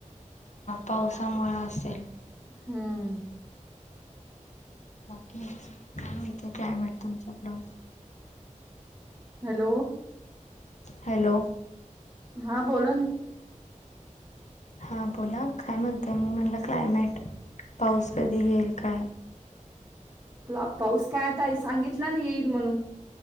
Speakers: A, on the left (about 60°); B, on the right (about 30°).
A: पावसामुळं असेल.
B: हम.
A: बाकी काय म्हणताय, क्लायमेट तुमच्याकडं?
B: हॅलो!
A: हॅलो!
B: हा बोला ना.
A: हा बोला, काय म्हणताय म म्हणलं क्लायमेट? पाऊस कधी येईल काय
B: पला पाऊस काय आता आहे, सांगितला ना येईल म्हणून.